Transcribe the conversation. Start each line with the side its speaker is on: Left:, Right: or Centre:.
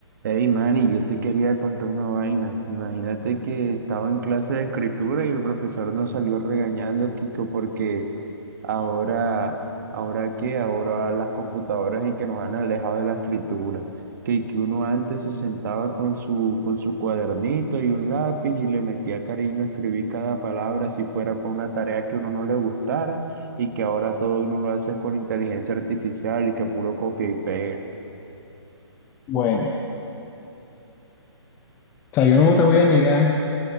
Right: Hey, Manny, yo te quería contar una vaina. Imagínate que estaba en clase de escritura y el profesor nos salió regañando, Kiko, porque ahora, ¿ahora qué? Ahora las computadoras y que nos han alejado de la escritura. Que, que uno antes se sentaba con su, con su cuadernito y un lápiz y le metía cariño a escribir cada palabra si fuera para una tarea que uno no le gustara y que ahora todo uno lo hace con inteligencia artificial y que puro copia y pega.
Left: Bueno, o sea, yo no te voy a negar